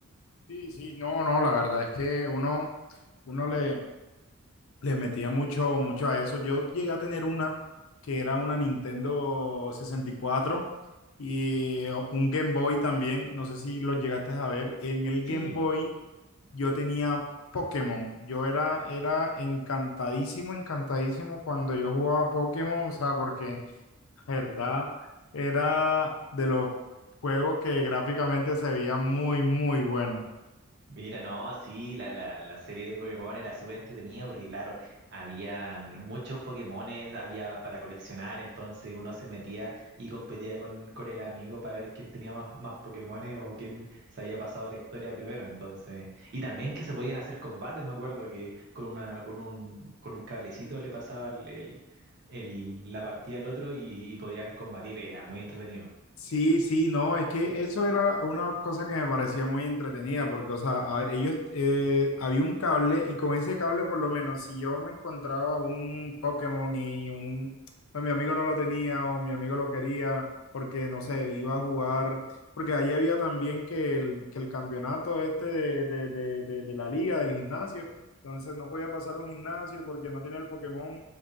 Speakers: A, on the left; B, on the right.
A: sí, sí, no, no, la verdad es que uno, uno le... Le metía mucho, mucho a eso. Yo llegué a tener una que era una Nintendo 64 y cuatro y eh, un Game Boy también. No sé si lo llegaste a ver. En el Game
B: Sí.
A: Boy yo tenía Pokémon. Yo era, era encantadísimo, encantadísimo cuando yo jugaba Pokémon. O sea, porque la verdad era de los juegos que gráficamente se veía muy, muy bueno.
B: Mira, no, sí, la, la, la serie de Pokémon era súper entretenida porque, claro, habían muchos Pokémones, había para coleccionar, entonces uno se metía y competía con, con el amigo para ver quién tenía más, más Pokémones o quién se había pasado la historia primero, entonces. Y también que se podían hacer combates, me acuerdo que con una, con un, con un cablecito le pasaba el, el- el- la partida al otro y, y podían combatir, era muy entretenido.
A: Sí, sí, no, es que eso era una cosa que me parecía muy entretenida, porque, o sea, a- ellos, eh, había un cable y con ese cable, por lo menos, si yo me encontraba un Pokémon y un, o mi amigo no lo tenía o mi amigo lo quería, porque, no sé, iba a jugar, porque ahí había también que el, que el campeonato este de, de, de, de, de la liga, del gimnasio, entonces no podía pasar un gimnasio porque no tenía el Pokémon